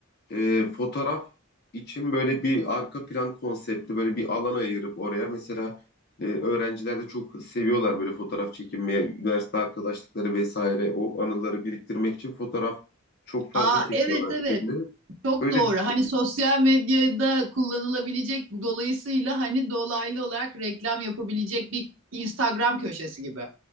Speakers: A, on the left (about 50°); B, on the right (about 65°).
A: e, fotoğraf için böyle bir arka plan konsepti, böyle bir alan ayırıp oraya mesela e, öğrenciler de çok seviyorlar böyle fotoğraf çekinmeye, üniversite arkadaşlıkları vesaire o anıları biriktirmek için fotoğraf çok fazla
B: Aa
A: çekiyorlar
B: evet evet.
A: şimdi.
B: Çok
A: Böyle
B: doğru. Hani sosyal medyada kullanılabilecek dolayısıyla hani dolaylı olarak reklam yapabilecek bir Instagram köşesi gibi.